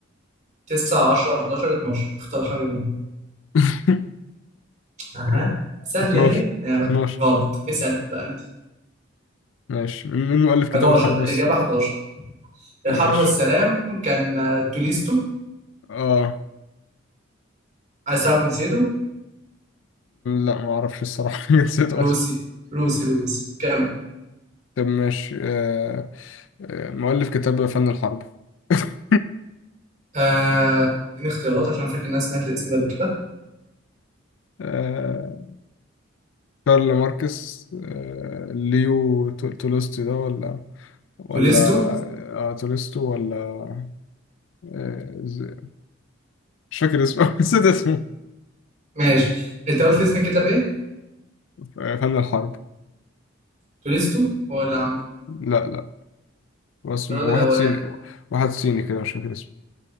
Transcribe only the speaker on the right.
9 10 11 12 اختار حاجه منهم
اها
سهله
اهي يعني
غلط اسال بقى انت
11
اجابه 11 الحرب
والسلام كان آه، توليستو
عايز تعرف جنسيته
روسي روسي روسي كم
آه اديني اختيارات عشان أنا فاكر ان انا سمعت الاسم ده قبل كده
توليستو
ماشي انت قلت لي اسم الكتاب ايه
توليستو هو اللي عامله
البراد الاولاني